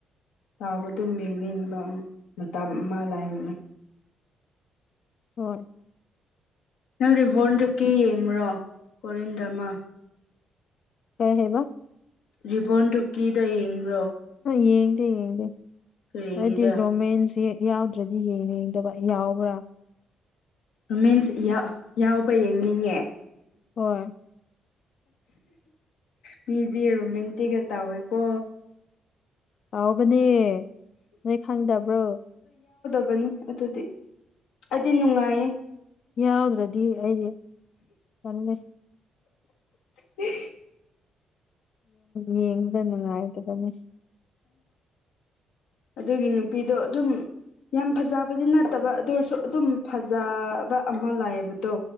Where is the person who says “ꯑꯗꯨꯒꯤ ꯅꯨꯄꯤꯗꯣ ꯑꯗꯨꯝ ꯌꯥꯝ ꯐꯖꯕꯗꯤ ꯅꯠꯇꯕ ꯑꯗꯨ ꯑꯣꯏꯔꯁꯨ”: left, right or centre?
Left